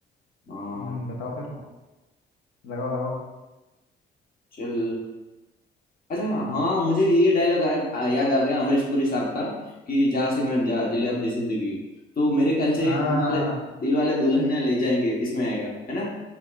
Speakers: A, on the left; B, on the left.
A: अ,
B: हम्म बताओ फिर लगाओ लगाओ
A: चल अच्छा हाँ हाँ, मुझे ये डायलॉग याद आ गया अमरीश पुरी साहब का कि जा सिमरन जा जिले अपनी जिंदगी तो मेरे ख्याल से
B: हाँ
A: दिल वाले दिल वाले दुल्हनिया ले जाएंगे इसमें आएगा है ना